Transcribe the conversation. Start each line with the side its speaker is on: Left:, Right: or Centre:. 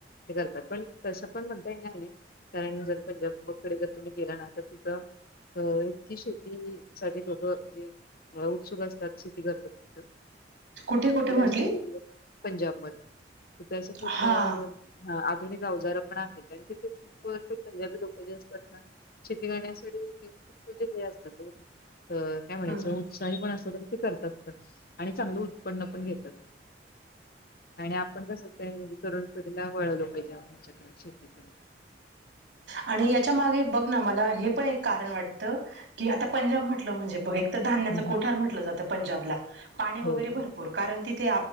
Left: ते करतात पण तसं पण म्हणता येणार नाही कारण जर पंजाबकडे जर तुम्ही गेला ना तर तिथं, अं इतकी शेती सा <unintelligible> लोकं म्हणजे, मला उत्सुक असतात शेती करतात थ,
Right: कुठे कुठे म,
Left: पंजाब मध्ये, तेथे असं खूप,
Right: हा
Left: अधूनिक अवजार पण आहेत, आणि तिथे खूप ते पंजाबी लोक जे असतात ना शेती करण्यासाठी, म्हणजे हे असत त काय म्हणायच
Right: हम् हम
Left: उत्साही पण अस ते करतात, पण आणि चांगलं उत्पन्न पण घेतात आणि आपण कस काय म्हणजे तरुणपढला, वळवलं पाहिजेच्याकड शेतीकडे,
Right: आणि याच्या माग बघ ना, मला हे पण एक कारण वाटत की आता, पंजाब म्हटलं म्हणजे बघ एक धान्याच
Left: ह
Right: कोठार
Left: हा
Right: म्हटलं, जातं पंजाबला, पाणी वगैरे
Left: हो हो हो
Right: भरपूर, कारण तिथे